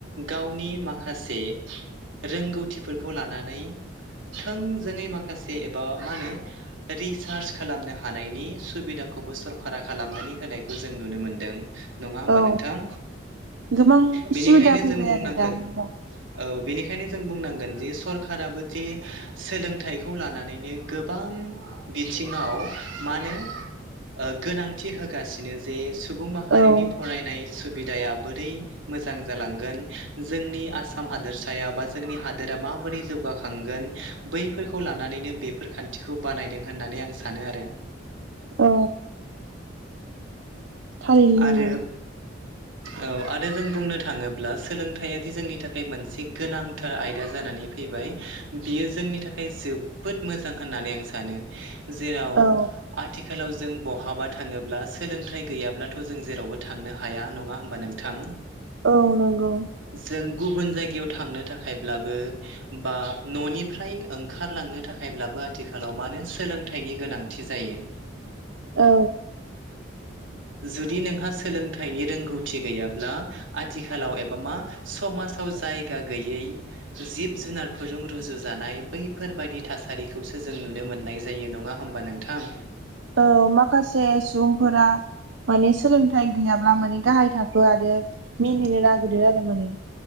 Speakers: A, on the right; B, on the right.
A: गावनि माखासे रोंगौथिफोरखौ लानानै थोंजोङै माखासे एबा मा होनो रिसार्च खालामनो हानायनि सुबिदाखौ खौबो सरखारा खालामनानै होनायखौ जों नुनो मोनदों नङा होमबा
B: औ
A: नोंथां।
B: गोबां
A: बेनिखायनो
B: सुबिदा फैबाय
A: जों बुंनांगोन
B: आरो दा नोंथां।
A: औ बेनिखायनो जों बुंनांगोन जे सरखाराबो जे सोलोंथाइखौ लानानैनो गोबां बिथिङाव मानो ओ गोनांथि होगासिनो जे सुबुं माहारिनि
B: औ
A: फरायनाय सुबिदाया बोरै मोजां जालांगोन जोंनि आसाम हादोरसायाव बा जोंनि हादोरा माबोरै जौ गाखांगोन बैफोरखौ लानानैनो बेफोर खानथिखौ बानायदों होननानै आं सानो आरो
B: औ थारैनो
A: आरो
B: नंगौ।
A: औ आरो जों बुंनो थाङोब्ला सोलोंथाइआदि जोंनि थाखाय मोनसे गोनांथार आयदा जाना नै फैबाय बियो जोंनि थाखाय जोबोद मोजां होननानै आं सानो। जेराव
B: औ
A: आथिखालाव जों बहाबा थाङोब्ला सोलोंथाइ गैयाब्ला थ' जों जेरावबो थांनो हाया नङा होमबा नोंथां
B: औ नंगौ।
A: जों गुबुन जायगायाव थांनो थाखायब्लाबो बा न'निफ्राय ओंखारलांनो थाखायब्लाबो आथिखालाव मानो सोलोंथाइनि गोनांथि जायो।
B: औ
A: जुदि नोंहा सोलोंथाइनि रोंगौथि गैयाब्ला आथिखालाव एबा मा समाजाव जायगा गैयै जिब जुनारफोरजों रुजु जानाय बैफोरबायदि थासारिखौसो जों नुनो मोननाय जायो नङा होमबा नोंथां।
B: औ माखासे सुबुंफोरा माने सोलोंथाइ गैयाब्ला माने गाहाय थाखो आरो मिनिनो नागिरो आरो माने